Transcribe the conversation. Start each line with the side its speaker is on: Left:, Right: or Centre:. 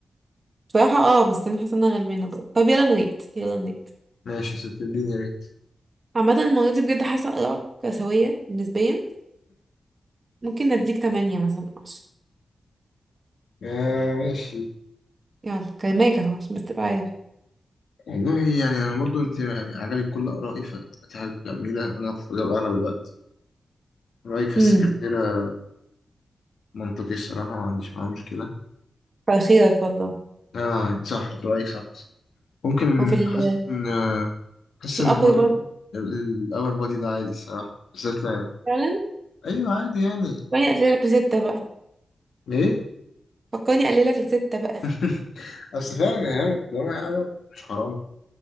Right: بصراحة اه بس انا حاسة ان انا غلبانة برضه طب يلا نويت يلا نويت
Left: ماشي ستديني يا ريت
Right: عامة المرة دي بجد حاسة آرائك سوية نسبيا ممكن نديك تمانية مثلا عشرة
Left: آه ماشي
Right: يلا كلماك اهو عشان بس تبقى عارف
Left: والله يعني انا برضو انت يعني عجبك كل ارائي فانت حابب العميله انا كنت بجاوب اغلب الوقت رايك في السكرتيره
Right: امم
Left: منطقي الصراحه ما عنديش معاه مشكله
Right: كتر خيرك والله
Left: اه صح رايك صح, صح. ممكن
Right: وفي ال
Left: حاسس ان حاسس
Right: في
Left: ان
Right: الابر
Left: حوار
Right: برضه
Left: الاور بودي ده عادي الصراحه بالذات لو-
Right: فعلا
Left: ايوه عادي يعني
Right: فكرني اقللك لستة بقى
Left: ليه
Right: فكرني اقللك لستة بقى
Left: <laughs> اصل فعلا يعني لو ما يعني مش حرام